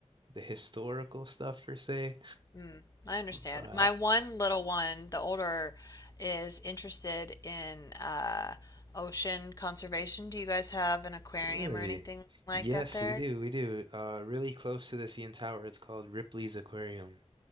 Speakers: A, on the right; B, on the left.
A: the historical stuff per se,
B: Mm, I understand.
A: but
B: My one little one, the older, is interested in uh, ocean conservation. Do you guys have an aquarium
A: Really?
B: or anything like
A: Yes,
B: that there?
A: we do. We do. Uh, really close to the CN Tower. It's called Ripley's Aquarium.